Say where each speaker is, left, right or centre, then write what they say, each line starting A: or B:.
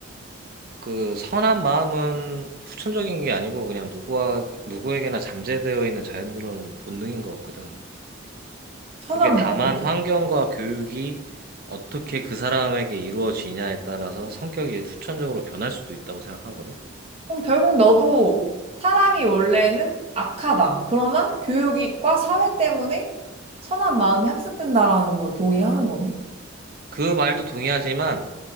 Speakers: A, on the right; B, on the right.
A: 그 선한 마음은 후천적인 게 아니고 그냥 누구와, 누구에게나 잠재되어 있는 자연스러운 본능인 것 같거든.
B: 선한
A: 그게 다만
B: 마음이.
A: 환경과 교육이 어떻게 그 사람에게 이루어지냐에 따라서 성격이 후천적으로 변할 수도 있다고 생각하거든.
B: 그럼 결국 너도 사람이 원래는 악하다. 그러나 교육과 사회 때문에 선한 마음이 학습된다라는 걸 동의하는 거네.
A: 그 말도 동의하지만